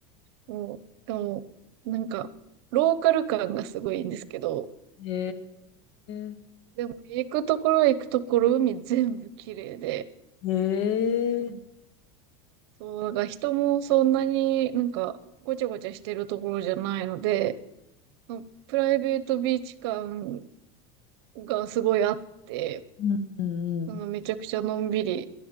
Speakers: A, on the right; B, on the left.
A: もう、でも、なんか、ローカル感がすごいんですけど、
B: へえ。
A: でも行くところ行くところ海全部綺麗で、
B: へえ。
A: うんそう、なんか人もそんなになんかごちゃごちゃしてるところじゃないので、うんプライベートビーチ感がすごいあって、
B: うんうんう
A: そのめちゃくちゃのんびり